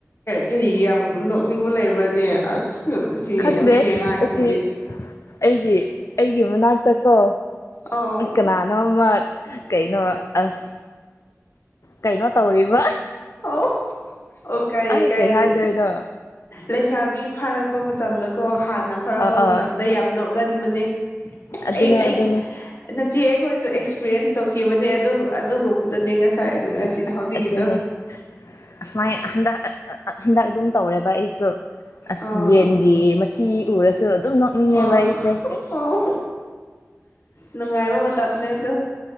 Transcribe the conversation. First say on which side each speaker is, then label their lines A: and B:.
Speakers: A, on the left; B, on the left.
A: ꯀꯔꯤ ꯌꯥꯝ ꯅꯣꯛꯅꯤꯡꯕ ꯂꯩꯕ꯭ꯔꯅꯦ ꯑꯁ ꯁꯤ
B: ꯈꯪꯗꯦ
A: ꯃꯁꯤ ꯑꯉꯥꯡꯁꯤꯗꯤ
B: ꯑꯁꯤ ꯑꯩꯒꯤ ꯑꯩꯒꯤ ꯃꯅꯥꯛ ꯇꯥꯀꯣ
A: ꯑꯧ
B: ꯀꯅꯥꯅꯣꯃ ꯀꯩ ꯅꯣ ꯑꯁ! ꯀꯩꯅꯣ ꯇꯧꯔꯤꯕ
A: ꯑꯣ꯫ ꯑꯣ ꯀꯥꯏꯗꯦ-
B: ꯑꯩ
A: ꯀꯥꯏꯗꯦ
B: ꯀꯩ ꯍꯥꯏꯗꯣꯏꯅꯣ
A: ꯂꯩꯁꯥꯕꯤ ꯐꯥꯔꯛꯄ ꯃꯇꯝꯗ ꯀꯣ ꯍꯥꯟꯅ ꯐꯔꯛꯄ
B: ꯑꯥ ꯑꯥ
A: ꯃꯇꯝꯗ ꯌꯥꯝ ꯅꯣꯛꯒꯟꯕꯅꯦ ꯑꯁ
B: ꯑꯗꯨꯅꯦ
A: ꯑꯩ
B: ꯑꯗꯨꯅꯦ
A: ꯆꯦ ꯑꯩꯈꯣꯏꯁꯨ ꯑꯦꯛꯁꯄꯤꯔꯤꯌꯦꯟꯁ ꯇꯧꯈꯤꯕꯅꯦ ꯑꯗꯨꯒꯨꯝꯕꯗꯅꯦ ꯉꯁꯥꯏ ꯉꯁꯤ ꯍꯧꯖꯤꯛꯀꯤꯗꯣ
B: ꯑꯗꯨꯅꯦ ꯑꯁꯨꯃꯥꯏ ꯍꯟꯗꯛ ꯍꯟꯗꯛ ꯑꯗꯨꯝ ꯇꯧꯔꯦꯕ ꯑꯩꯁꯨ꯫ ꯑꯁ
A: ꯑꯥ
B: ꯌꯦꯟꯒꯤ ꯊꯤ ꯎꯔꯁ ꯑꯗꯨꯨ ꯑꯗꯨꯝ ꯅꯣꯛꯅꯤꯡꯉꯦꯕ
A: ꯑꯣ
B: ꯑꯩꯁꯦ ꯫
A: ꯑꯣ ꯅꯨꯡꯉꯥꯏꯕ ꯃꯇꯝꯅꯦ ꯑꯗꯨ꯫